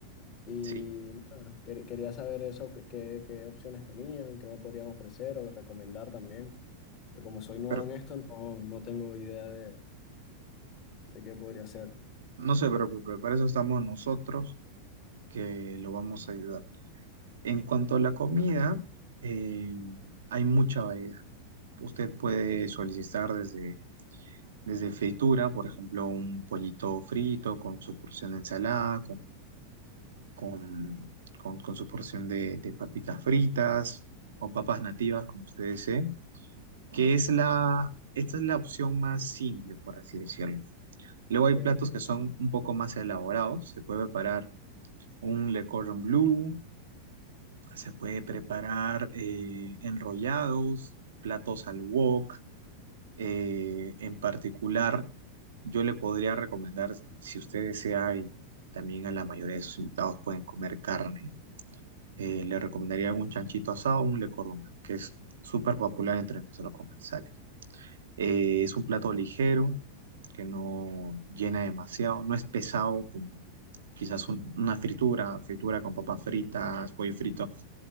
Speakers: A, on the left; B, on the right.
A: Y
B: Sí,
A: nada, quer- quería saber eso, qué, qué, qué opciones tenían, qué me podrían ofrecer o recomendar también. Yo como soy nuevo
B: pero
A: en esto, no, no tengo idea de, de qué podría ser.
B: no se preocupe, para eso estamos nosotros que lo vamos a ayudar. En cuanto a la comida, eh, hay mucha variedad. Usted puede solicitar desde Desde fritura, por ejemplo, un pollito frito con su porción de ensalada, con, con, con- con su porción de, de papitas fritas o papas nativas, como usted desee, que es la, esta es la opción más simple, por así decirlo. Luego hay
A: Ok.
B: platos que son un poco más elaborados. Se puede preparar un le cordon bleu, se puede preparar eh, enrollados, platos al wok Eh, en particular, yo le podría recomendar, si usted desea, y también a la mayoría de sus invitados pueden comer carne, eh, le recomendaría un chanchito asado o un le cordon bleu, que es súper popular entre nuestros comensales. Eh, es un plato ligero, que no llena demasiado, no es pesado como quizás un- una fritura, fritura con papas fritas, pollo frito,